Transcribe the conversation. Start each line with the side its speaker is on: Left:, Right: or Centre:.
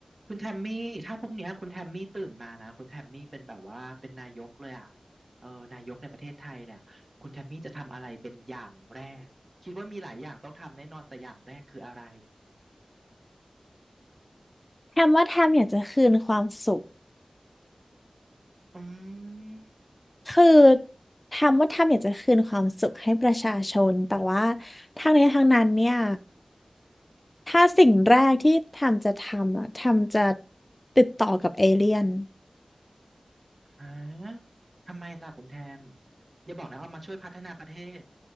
Right: คุณแทมมี่ถ้าพรุ่งเนี้ยคุณแทมมี่ตื่นมานะคุณแทมมี่เป็นแบบว่าเป็นนายกเลยอ่ะเออนายกในประเทศไทยแหลยอะคุณแทมมี่จะทำอะไรเป็นอย่างแรกคิดว่ามีหลายอย่างต้องทำแน่นอนแต่อย่างแรกคืออะไร
Left: แทมว่าแทมอยากจะคืนความสุข
Right: อืม
Left: คือแทมว่าแทมอยากจะคืนความสุขให้ประชาชนแต่ว่าทางนี้ทางนั้นเนี่ยถ้าสิ่งแรกที่แทมจะทำอะแทมจะติดต่อกับเอเลี่ยน
Right: ฮะทำไมล่ะคุณแทมอย่าบอกนะเอามาช่วยพัฒนาประเทศ